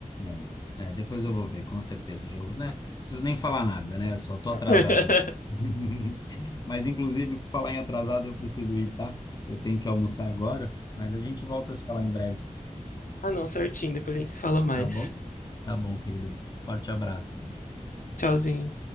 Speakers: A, on the left; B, on the left.
A: é. É, depois eu vou ver, com certeza. Já, vou- né? Preciso nem falar nada, né? Eu só tô atrasado.
B: <laughs>
A: mesmo. <laughs> Mas, inclusive, por falar em atrasado, eu preciso ir, tá? Eu tenho que almoçar agora, mas a gente volta a se falar em breve,
B: Ah, não, certinho, depois a gente se fala mais.
A: tá bom? Tá bom, querido. Forte abraço.
B: Tchauzinho.